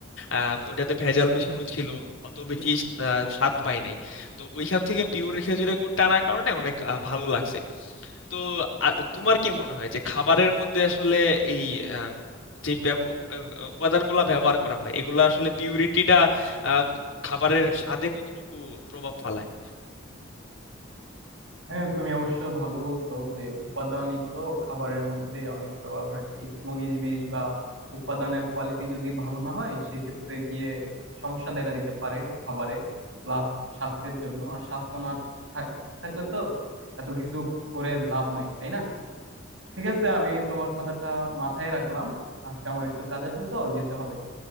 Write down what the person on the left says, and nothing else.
আহ, ওটাতে ভেজাল মেশানো ছিল অত বেশি আহ, স্বাদ পাই নাই তো ওইখান থেকে পিওর খেজুরের গুড় টানার কারণে অনেক আহ, ভালো লাগছে তো আ, তোমার কি মনে হয় যে খাবারের মধ্যে আসলে এই আহ, যে ব্যব- উ- আহ, উপাদানগুলো ব্যবহার করা হয় এগুলো আসলে পিউরিটিটা খাবারের স্বাদে কতটুকু প্রভাব ফেলায়